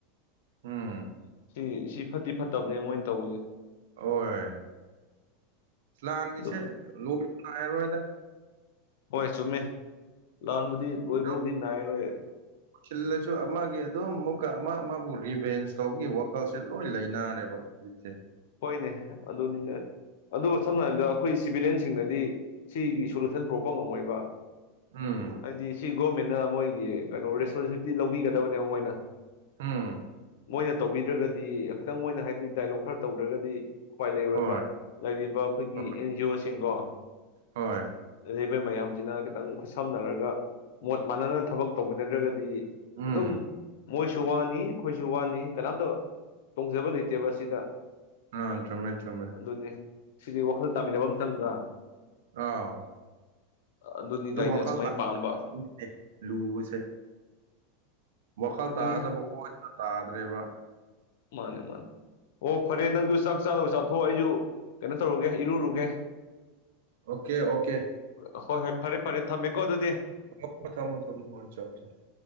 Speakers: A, on the right; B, on the left.
A: ꯎꯝ
B: ꯏ ꯁꯤ ꯐꯠꯇꯤ ꯐꯠꯇꯕꯅꯦ ꯃꯣꯏꯅ ꯇꯧꯕꯁꯦ
A: ꯍꯣꯏ ꯂꯥꯟꯒꯤꯁꯦ
B: ꯑꯗꯨ
A: ꯂꯣꯏꯕ ꯅꯥꯏꯔꯔꯣꯏꯗ
B: ꯍꯣꯏ ꯆꯨꯝꯃꯦ ꯂꯥꯟꯕꯨꯗꯤ ꯂꯣꯏꯕꯕꯨꯗꯤ
A: ꯑꯗꯨꯝ
B: ꯅꯥꯏꯔꯔꯣꯏ
A: ꯁꯤꯜꯂꯁꯨ ꯑꯃꯒꯤ ꯑꯗꯨꯝ ꯃꯨꯛꯀ ꯑꯃ ꯑꯃꯕꯨ ꯔꯤꯚꯦꯟꯁ ꯇꯧꯕꯒꯤ ꯋꯥ ꯈꯜꯁꯦ ꯂꯣꯏ ꯂꯩꯅꯔꯦꯕ ꯍꯧꯖꯤꯛꯁꯦ
B: ꯍꯣꯏꯅꯦ ꯑꯗꯨꯅꯤꯅꯦ ꯑꯗꯣ ꯁꯝꯅ ꯍꯥꯏꯔꯕꯗ ꯑꯩꯈꯣꯏ ꯁꯤꯚꯤꯂꯤꯟꯁꯤꯡꯅꯗꯤ ꯁꯤꯒꯤ ꯁꯣꯂꯨꯁꯟ ꯄꯨꯔꯛꯄ ꯉꯝꯃꯣꯏꯕ
A: ꯎꯝ
B: ꯍꯥꯏꯗꯤ ꯁꯤ ꯒꯣꯔꯃꯦꯟꯅ ꯃꯣꯏꯒꯤ ꯀꯩꯅꯣ ꯔꯦꯁꯄꯣꯟꯁꯤꯕꯤꯂꯤꯇꯤ ꯂꯧꯕꯤꯒꯗꯕꯅꯦꯕ ꯃꯣꯏꯅ
A: ꯎꯝ
B: ꯃꯣꯏꯅ ꯇꯧꯕꯤꯗ꯭ꯔꯒꯗꯤ ꯈꯤꯇꯪ ꯃꯣꯏꯅ ꯍꯥꯏꯗꯤ ꯗꯥꯏꯂꯣꯛ ꯈꯔ ꯇꯧꯗ꯭ꯔꯒꯗꯤ ꯎꯄꯥꯏ ꯂꯩꯔꯣꯏꯕ
A: ꯍꯣꯏ
B: ꯂꯩꯔꯤꯕ ꯑꯩꯈꯣꯏꯒꯤ
A: ꯍꯣꯏ
B: ꯑꯦꯟ ꯖꯤ ꯑꯣꯁꯤꯡꯒꯣ
A: ꯍꯣꯏ
B: ꯂꯩꯔꯤꯕ ꯃꯌꯥꯝꯁꯤꯅ ꯈꯤꯇꯪ ꯈꯨꯠꯁꯝꯅꯔꯒ ꯃꯣꯠ ꯃꯥꯅꯅ ꯊꯕꯛ ꯇꯧꯃꯤꯟꯅꯗ꯭ꯔꯒꯗꯤ
A: ꯎꯝ
B: ꯑꯗꯨꯝ ꯃꯣꯏ ꯁꯨ ꯋꯥꯅꯤ ꯑꯩꯈꯣꯏꯁꯨ ꯋꯥꯅꯤ ꯀꯅꯥꯝꯇ ꯇꯣꯡꯖꯕ ꯂꯩꯇꯦꯕ ꯑꯁꯤꯗ
A: ꯑ ꯆꯨꯝꯃꯦ ꯆꯨꯝꯃꯦ
B: ꯑꯗꯨꯅꯤ ꯁꯤꯗꯤ ꯋꯥꯈꯜ ꯇꯥꯃꯤꯟꯅꯕ ꯑꯃ ꯆꯪꯗ꯭ꯔ
A: ꯑꯥꯎ
B: ꯑꯗꯨꯅꯤꯗ
A: ꯗꯨꯝ
B: ꯑꯩꯅ
A: ꯋꯥꯈꯜ
B: ꯁꯨꯃꯥꯏꯅ ꯄꯥꯝꯕ
A: <inaudible> ꯂꯨꯕꯁꯦ ꯋꯥꯈꯜ
B: ꯑꯗꯨꯅꯤ
A: ꯇꯥꯗꯕ ꯀꯣꯏꯗꯅ ꯇꯥꯗ꯭ꯔꯦꯕ
B: ꯃꯥꯅꯦ ꯃꯥꯅꯦ ꯑꯣ ꯐꯔꯦ ꯅꯪꯁꯨ ꯆꯥꯛ ꯆꯥꯗꯧ ꯆꯥꯊꯣ ꯑꯩꯁꯨ ꯀꯩꯅꯣ ꯇꯧꯔꯨꯒꯦ ꯏꯔꯨꯔꯨꯒꯦ
A: ꯑꯣꯀꯦ ꯑꯣꯀꯦ
B: ꯑꯣ ꯍꯣꯏ ꯍꯣꯏ ꯐꯔꯦ ꯐꯔꯦ ꯊꯝꯃꯦꯀꯣ ꯑꯗꯨꯗꯤ
A: <unintelligible>